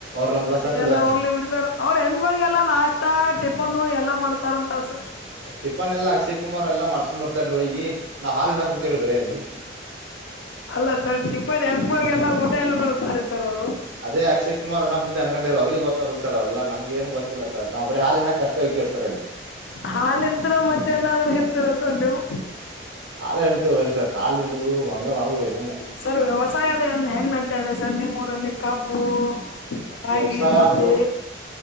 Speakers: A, on the right; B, on the left.
A: ನಮ್ ಕೂಡ
B: ಅತ್ತ
A: ಸಟ್ ಇದಾರ
B: ಎಲ್ಲ ಹೋಗ್ಲಿ ಬಿಡ್ ಸರ್ ಅವ್ರು ಹೆಮ್ಗಿಗೆಲ್ಲಾ ನಾಷ್ಟಾ ಟಿಫನ್ ಎಲ್ಲಾ ಮಾಡ್ಸ್ತಾರ ಅಂತಸ
A: ಟಪ್ಪನ್ ಎಲ್ಲ ಅಕ್ಷಯ ಕುಮಾರ್ ಎಲ್ಲ ಮಾಡ್ಸ್ಕೊಂಡ್ ಬರ್ತಾರ ಹೋಗಿ ನಾವವು ಹಾಲ ಹಂಡಾಕ್ ಕುಕ್ಯರರಿ ಬರರಿ ಅಲ್ಲಿ
B: ಅಲ್ಲ ಸರ್ ಟಿಪ್ಪನ್ ಹೆಂಪಗಳಳಗೆಲ್ಲ ಊಟ ಎಲ್ಲ ಮಾಡಿಸತಾರೆ ಸರ್ ಅವ್ರು
A: ಅದೇ ಅಕ್ಷಯ ಕುಮಾರ್ ಅಣ್ಣಪ್ಪು ಅೊಂಡರ ಅವರಿಗೆ ಗೊ ತಕ್ ಸರ್ ಅವ್ರಲ್ಲ ನಮ್ ಏನು ಗೊತ್ತಿಲ್ಲ ಸರ್ ನಾ ಬ್ರ ಹಾಲಂಡಿಂದ ಕಷ್ಟ ಹೋಗ್ಯರ್ ಸರ್ ಅಲ್ಲಿ
B: ಹಾಲ್ ನಿಂತರ ಮತ್ತೆನಾದ್ರೂ ಎಂತರ ಸರ್ ನೀವು
A: ಹಾ ಹಂಡಡ್ತೆೇವೆ ಬರಿ ಸರ್ ಹಾಲ್ ನಿಡಿದ್ ಮಂಗ ಮಾಡಿದ್ರು ಏನ
B: ಸರ್ ವ್ಯವಸಾಯದನ್ ಹೆಂಗ್ ನಡ್ತಾ ಇದೆ ಸರ್ ನಿಮ್ಮ್ ಊರಲ್ಲಿ ಕಬ್ಬು ರಾಗಿ
A: ವ್ಯವಸಾಯ
B: ಮುದ್ದೆ
A: ಅಂತೂ